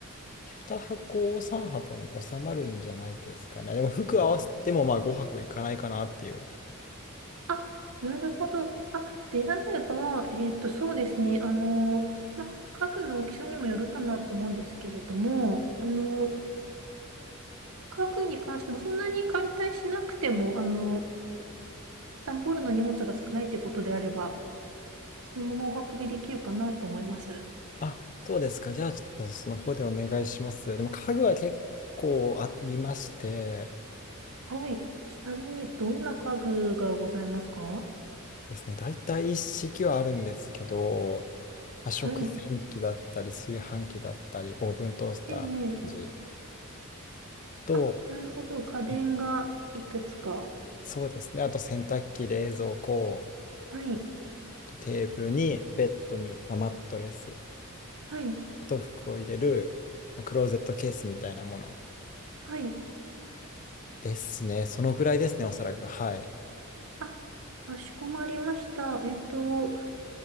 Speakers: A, on the left (about 35°); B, on the right (about 70°).
A: 2箱、3箱に収まるんじゃないですかね。でも服合わせてもまあ5箱いかないかなっていう。
B: あ、なるほど。あ、であれば、えっと、そうですね。あの、まあ、家具の大きさにもよるかなと思うんですけれども、あの、家具に関してもそんなに解体しなくても、あの、段ボールの荷物が少ないってことであれば、そのままお運びできるかなと思います。
A: あ、そうですか。じゃあ、ちょっとその方でお願いします。でも、家具は結構ありまして
B: はい。ちなみに、どんな家具がございますか
A: ですね、大体一式はあるんですけど、まあ、食洗機だったり、
B: はい。
A: 炊飯器だったり、オーブントースター、
B: ええ、
A: レンジ
B: ええ
A: と、
B: あ、なるほど。家電がいくつか。
A: えそうですね、あと洗濯機、冷蔵庫、
B: はい、
A: テーブルに、ベッドに、まあ、マットレス、
B: はい、
A: あと服を入れる、まあクローゼットケースみたいなもの
B: はい。
A: ですね。そのぐらいですね、おそらく。はい。
B: あ、かしこまりました。えっと、